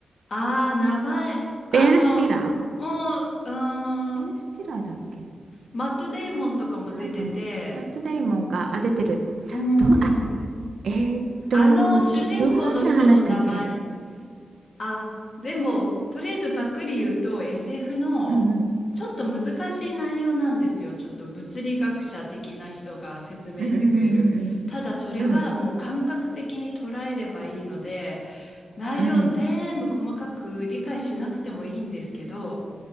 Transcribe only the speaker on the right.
ベン・スティラ
ーベン・スティラーだっけ違
うか。マット・デイモンが、あ、出てる。
どう、あ、えっと、
どんな話だっけ
うんうん。
うんうん
うんうんうん。
うん